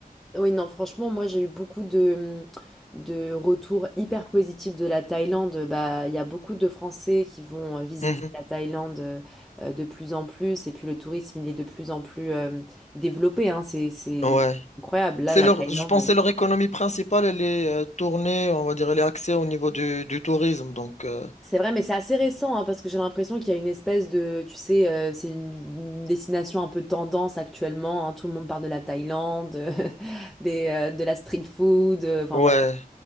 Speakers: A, in the centre; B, on the left (about 50°).
A: Oui, non, franchement, moi, j'ai eu beaucoup de, de retours hyper positifs de la Thaïlande. Bah, il y a beaucoup de Français qui vont euh, visiter
B: Mhm.
A: la Thaïlande euh, euh, de plus en plus et puis le tourisme, il est de plus en plus euh, développé, hein. C'est, c'est
B: Ouais.
A: incroyable. Là,
B: C'est
A: la
B: leur,
A: Thaïlande.
B: je pense que c'est leur économie principale. Elle est euh, tournée, on va dire, elle est axée au niveau du, du tourisme. Donc, euh,
A: C'est vrai, mais c'est assez récent, hein, parce que j'ai l'impression qu'il y a une espèce de, tu sais, euh, c'est une, une destination un peu tendance actuellement. hein. tout le monde parle de la Thaïlande, <laughs> des, euh, de la street food. euh, Enfin
B: ouais.
A: voilà.